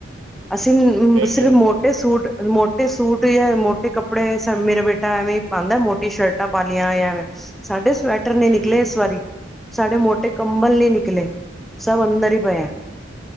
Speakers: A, in the centre; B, on the right.
A: ਅਸੀਂ
B: ਵੇਖ
A: ਸਿਰਫ
B: ਲਿਓ
A: ਮੋ ਮੋਟੇ ਸੂਟ ਮੋਟੇ ਸੂਟ ਜਾਂ ਮੋਟੇ ਕੱਪੜੇ ਸ ਮੇਰਾ ਬੇਟਾ ਐਵੇਂ ਪਾਂਦਾ ਮੋਟੀ ਸ਼ਰਟ। ਸਰਟਾ ਪਾ ਲਈਆਂ ਜਾ ਐਂਵੇ ਸਾਡੇ ਸਵੈਟਰ ਨੀ
B: ਹਾਂਜੀ
A: ਨਿਕਲੇ ਇਸ ਵਾਰੀ। ਸਾਡੇ ਮੋਟੇ ਕੰਬਲ ਨੀ ਨਿਕਲੇ ਸਭ ਅੰਦਰ ਈ ਪਏ ਆ।